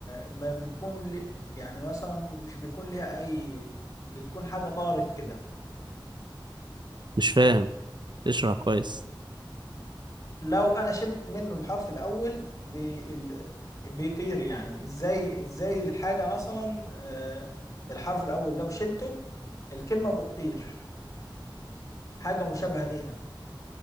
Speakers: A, on the left; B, on the right.
A: ما بيكون لي يعني مثلا مش بيكون ليها اي بتكون حاجة طارت كده
B: مش فاهم اشرح كويس
A: لو انا شلت منه الحرف الاول بي... ال- بيطير يعني ازاي ازاي الحاجة مثلا آه، الحرف الاول لو شلته الكلمة بتطير حاجة مشابهة ليها